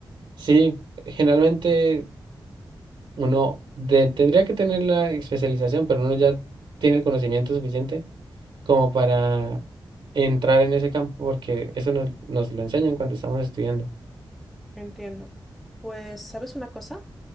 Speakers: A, on the right; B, in the centre.
A: sí, generalmente uno de- tendría que tener la especialización, pero uno ya tiene el conocimiento suficiente como para entrar en ese campo, porque eso nos, nos lo enseñan cuando estamos estudiando.
B: Entiendo. Pues, ¿sabes una cosa?